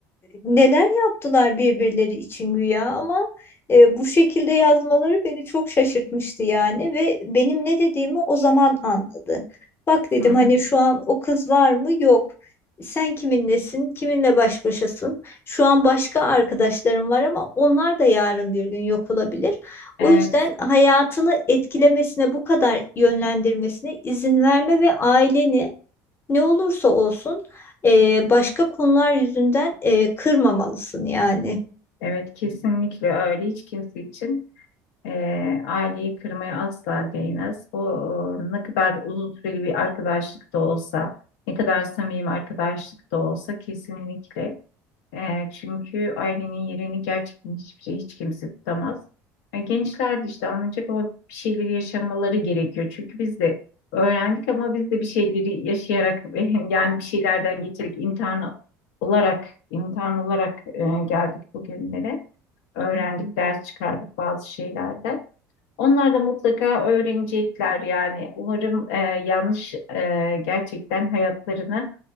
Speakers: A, on the left; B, on the left.
A: neler yaptılar birbirleri için güya ama e, bu şekilde yazmaları beni çok şaşırtmıştı yani ve benim ne dediğimi o zaman anladı. Bak dedim
B: Hı hı.
A: hani şu an o kız var mı? Yok. Sen kiminlesin? Kiminle baş başasın? Şu an başka arkadaşlarım var ama onlar da yarın bir gün yok olabilir.
B: Evet.
A: O yüzden hayatını etkilemesine, bu kadar yönlendirmesine izin verme ve aileni ne olursa olsun e, başka konular yüzünden e, kırmamalısın yani.
B: Evet. Kesinlikle öyle. Hiç kimse için. Ee, aileyi kırmaya asla değmez. Bu e, ne kadar uzun süreli bir arkadaşlık da olsa, ne kadar samimi arkadaşlık da olsa kesinlikle. Ee, çünkü ailenin yerini gerçekten hiçbir şey, hiç kimse tutamaz. Yani gençler de işte anlayacak ama bir şeyleri yaşamaları gerekiyor. Çünkü biz de öğrendik ama biz de bir şeyleri yaşayarak <laughs> yani bir şeylerden geçerek imtihan olarak imtihan olarak e, geldik bugünlere. Öğrendik, ders çıkardık bazı şeylerde. Onlar da mutlaka öğrenecekler yani. Umarım e, yanlış e, gerçekten hayatlarını